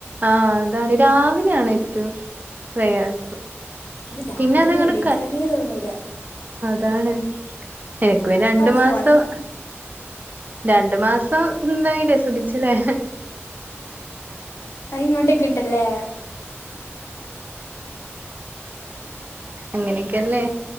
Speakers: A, on the right; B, on the left.
A: ആഹ് അതാണ് രാവിലാണ് ഏറ്റവും പ്രയാസം.
B: അത് രാവിലന്നെ
A: പിന്നെ അതങ്ങട്
B: എണീക്കാനേ തോനൂല. <inaudible>
A: താണ് എനക്ക് പിന്നെ രണ്ട്
B: ഫോണ്
A: മാസം രണ്ടു മാസം ഇന്തയിലെ സുഖിച്ചിലെ.
B: അഹ്ഇങ്ങോട്ടേക്കിട്ടല്ലേ
A: അങ്ങനെക്കല്ലേ